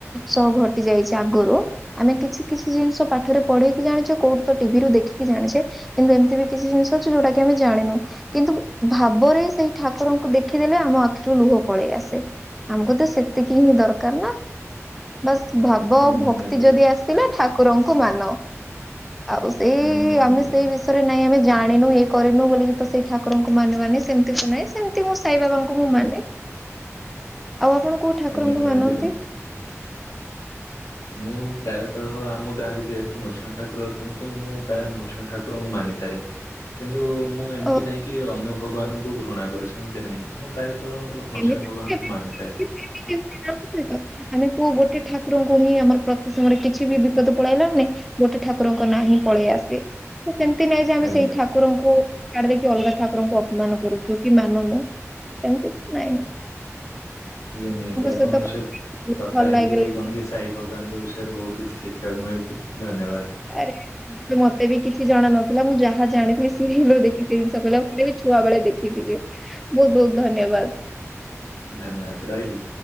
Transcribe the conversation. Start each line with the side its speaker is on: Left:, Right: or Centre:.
Centre: ସହ ଘଟି ଯାଇଛି। ଆଗରୁ ଆମେ କିଛି କିଛି ଜିନିଷ ପାଠରେ ପଢେଇକି ଜାଣିଛେ କୋଉଠୁ ତ ଟିଭିରୁୁ ଦେଖିକି ଜାଣିଛେ। କିନ୍ତୁ ଏମିତି ବି କିଛି ଜିନିଷ ଅଛି ଯଉଟା କି ଆମେ ଜାଣିନୁ। କିନ୍ତୁ ଭାବରେ ସେଇ ଠାକୁରଙ୍କୁ ଦେଖିଦେଲେ ଆମ ଆଖିରୁ ଲୁହ ପଳେଇ ଆସେ। ଆମକୁ ତ ସେତିକି ହିଁ ଦରକାର ନା ବାସ୍ ଭ ଭାବ
Left: ଆଜ୍ଞା
Centre: ଆଉ
Left: ନିହାତି
Centre: ଭକ୍ତି ଯଦି ଆସିଲେ ଠାକୁରଙ୍କୁ ମାନ। ଆଉ ସେଇ
Left: ଆଜ୍ଞା ନିହାତି
Centre: ଆମେ ସେଇ ବିଷ ତାପରେ ଜାଣିନୁ ଇ କରିନୁ ବୋଲିି କି ତ ସେଇ ଠାକୁରଙ୍କୁ ମାନ ମାନି ସେମିତି ତ ନାହିଁ ସେମିତି ମୁଁ ସାଇ ବାବାଙ୍କୁ ମୁଁ ମାନେ।
Left: <inaudible>
Centre: ଆଉ ଆପଣ କୋଉ ଠାକୁରଙ୍କୁ
Left: ଆଜ୍ଞା ନିହାତି
Centre: ମାନନ୍ତି?
Left: ମୁଁ ପ୍ରାୟତଃ ଆମ ଗାଁ ରେ ଯେହେତୁ ନୃସିଂହ ଠାକୁର ଅଛନ୍ତି ତ ମୁଁ ପ୍ରାୟ ନୃସିଂହ ଠାକୁରଙ୍କୁ ମାନିଥାଏ। କିନ୍ତୁ ମୁଁ ଏମିତି
Centre: ଓ
Left: ନାହିଁ କି ଅନ୍ୟ ଭଗବାନଙ୍କୁ ଘୃଣା କରେ ସେମତି ନାହିଁ ମୁଁ ପ୍ରାୟତଃ ନୃସିଂହ
Centre: ଏମିତି
Left: ଭଗବାନଙ୍କୁ
Centre: <unintelligible>
Left: ମାନିଥାଏ
Centre: ଆମେ କୁଉ ଗୋଟେ ଠାକୁରଙ୍କୁ ହିଁ ଆମର ପ୍ରତି ସମୟରେ କିଛିବି ବିପଦ ପଳେଇଆଇଲା ନା ମାନେ ଗୋଟେ ଠାକୁରଙ୍କ ନାଁ ହିଁ ପଳେଇ ଆସେ ସେମିତି ନାଇଁ ଯେ ଆମେ
Left: ଆଜ୍ଞା
Centre: ସେଇ ଠାକୁ ଠାକୁରଙ୍କୁ ଆଡେ ଦେଇକି ଅଲଗା ଠାକୁରଙ୍କୁ ଅପମାନ କରୁଛୁ କି ମାନୁନୁ ଏମିତି ନାଇଁ।
Left: ନିହାତି ଆପଣଙ୍କ
Centre: ସହିତ କଥା
Left: ସହି--କଥା
Centre: ଭଲ
Left: ହେଇକି
Centre: ଲାଗିଲା।
Left: କଣ କି ସାଇ ଭଗବାନଙ୍କ ବିଷୟରେ ବହୁତ କିଛି ଶିଖିବାକୁ ମିଳୁଛି ଧନ୍ୟବାଦ।
Centre: ଆରେ ମତେ ବି କିଛି ଜଣା ନଥିଲା ମୁଁ ଯାହା ଜାଣିଥିଲି ସିରିଏଲ୍ ରୁ ଦେଖି ଜିନିଷ କଲା ମୋ ବି ଛୁଆବେଳେ ଦେଖିଥିଲି। ବହୁତ୍ ବହୁତ୍ ଧନ୍ୟବାଦ।
Left: ଧନ୍ୟବାଦ ରହିଲି।